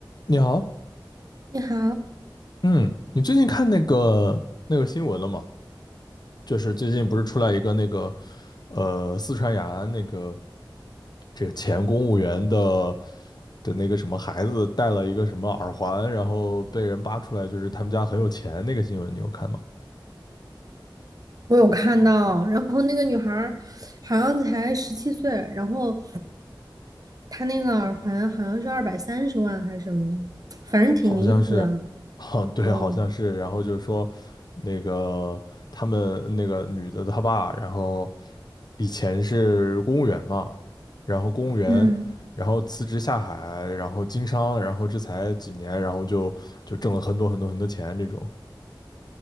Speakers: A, on the left; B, on the right.
A: 你好，
B: 你好，
A: 嗯，你最近看那个那个新闻了吗？就是最近不是出来一个那个，呃，四川雅安那个这个前公务员的的那个什么孩子戴了一个什么耳环，然后被人扒出来，就是他们家很有钱那个新闻，你有看吗？
B: 我有看到，然后那个女孩儿好像才十七岁，然后她那个耳环好像是二百三十万还是什么的，反正挺离谱的。
A: 好像是，<laughs> 啊，对，
B: 嗯
A: 好像是。然后就是说，那个他们那个女的她爸，然后以前是公务员嘛，然后公务员，
B: 嗯，
A: 然后辞职下海，然后经商，然后这才几年，然后就就挣了很多很多很多钱这种。